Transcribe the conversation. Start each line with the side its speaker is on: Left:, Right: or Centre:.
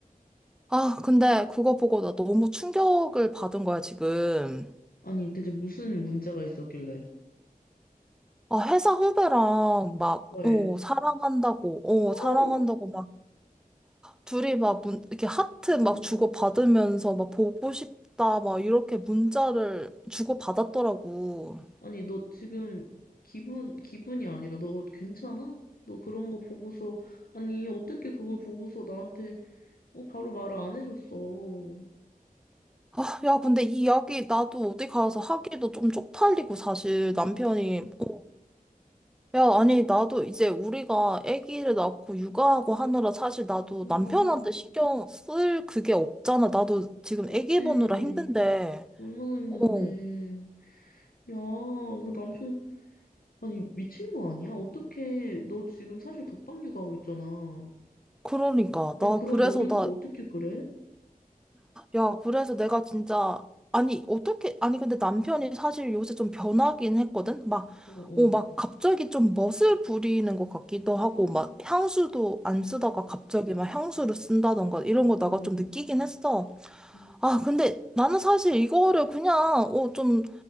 Centre: 아, 근데 그거 보고 나 너무 충격을 받은 거야, 지금.
Left: 아니, 대체 무슨 문제가 있었길래?
Centre: 아, 회사 후배랑 막,
Left: 헐.
Centre: 어, 사랑한다고,
Left: 어,
Centre: 어, 사랑한다고 둘이 막 문, 이렇게 하트
Left: 어,
Centre: 막
Left: 어.
Centre: 주고받으면서 막 보고 싶다 막 이렇게 문자를 주고받았더라고.
Left: 아니, 너 지금 기분, 기분이 아니라 너 괜찮아? 너 그런 거 보고서, 아니, 어떻게 그걸 보고서 나한테, 어, 바로 말을 안 해줬어.
Centre: 아, 야, 근데 이 이야기 나도 어디 가서 하기도 좀 쪽팔리고 사실 남편이
Left: 음,
Centre: 어, 야, 아니 나도 이제 우리가 아기를 낳고 육아하고 하느라 사실 나도
Left: 어,
Centre: 남편한테 신경 쓸 그게 없잖아. 나도 지금 아기
Left: 그치.
Centre: 보느라 힘든데.
Left: 얼마나 힘든데.
Centre: 어.
Left: 야, 그 남편, 아니, 미친 거 아니야? 어떻게, 너 지금 사실 독박 육아하고 있잖아.
Centre: 그러니까
Left: 근데
Centre: 나
Left: 그런
Centre: 그래서
Left: 너를
Centre: 나
Left: 두고 어떻게 그래?
Centre: 야, 그래서 내가 진짜, 아니, 어떻게, 아니, 근데 남편이 사실 요새 좀 변하긴 했거든? 막,
Left: 어,
Centre: 어, 막
Left: 어.
Centre: 갑자기 좀 멋을 부리는 것 같기도 하고,
Left: 아,
Centre: 막 향수도 안 쓰다가
Left: 어,
Centre: 갑자기 막 향수를 쓴다던가 이런 거 내가
Left: 어.
Centre: 좀 느끼긴 했어.
Left: 음,
Centre: 아, 근데 나는 사실 이거를 그냥, 어, 좀